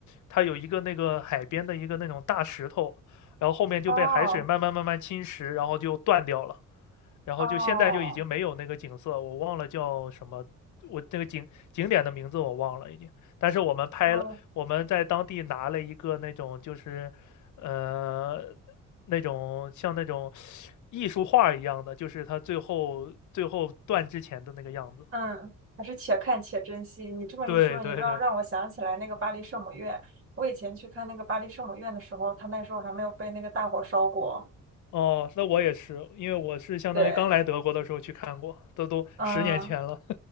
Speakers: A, on the left (about 75°); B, on the right (about 45°).
A: 它有一个那个海边的一个那种大石头，然后后面就被海水慢慢慢慢侵蚀，
B: 哦
A: 然后就断掉了。然后就现在就已经没有那个景色，
B: 哦，
A: 我忘了叫什么，我这个景景点的名字我忘了已经。但是我们拍了，
B: 嗯，
A: 我们在当地拿了一个那种就是，呃，那种像那种艺术画一样的，就是它最后最后断之前的那个样子。
B: 嗯，还是且看且珍惜。你这么一说，
A: 对对对，
B: 你知道让我想起来那个巴黎圣母院。我以前去看那个巴黎圣母院的时候，它那时候还没有被那个大火烧过。
A: 哦，那我也是，因为我是相当于刚来德国的时候去看过，
B: 对，
A: 这都十年前了。
B: 嗯，